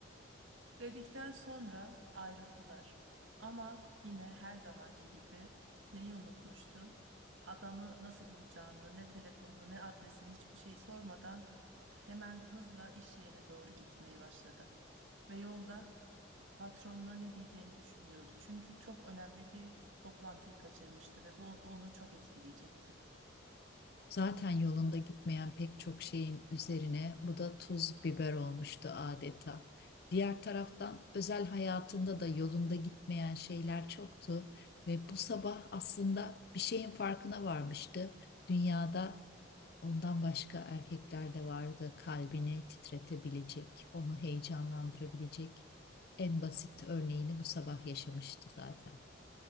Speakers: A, on the right (about 85°); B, on the left (about 50°).
A: Dedikten sonra ayrıldılar. Ama yine her zamanki gibi neyi unutmuştu? Adamı nasıl bulacağını, ne telefonunu, ne adresini hiçbir şey sormadan hemen hızla iş yerine doğru gitmeye başladı. Ve yolda patronuna ne diyeceğini düşünüyordu. Çünkü çok önemli bir toplantıyı kaçırmıştı ve bu onu çok etkileyecekti.
B: Zaten yolunda gitmeyen pek çok şeyin üzerine bu da tuz biber olmuştu adeta. Diğer taraftan özel hayatında da yolunda gitmeyen şeyler çoktu ve bu sabah aslında bir şeyin farkına varmıştı. Dünyada ondan başka erkekler de vardı kalbini titretebilecek, onu heyecanlandırabilecek. En basit örneğini bu sabah yaşamıştı zaten.